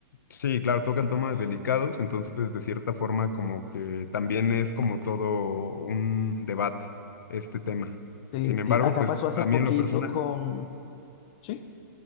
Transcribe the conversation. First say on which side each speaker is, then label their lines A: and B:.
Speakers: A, on the left (about 80°); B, on the left (about 30°).
A: Sí, claro, tocan temas delicados, entonces de cierta forma como que también es como todo un debate este tema.
B: Sí,
A: Sin embargo,
B: sí, acá
A: pues
B: pasó hace
A: a
B: poquito
A: mí en lo personal...
B: con, sí,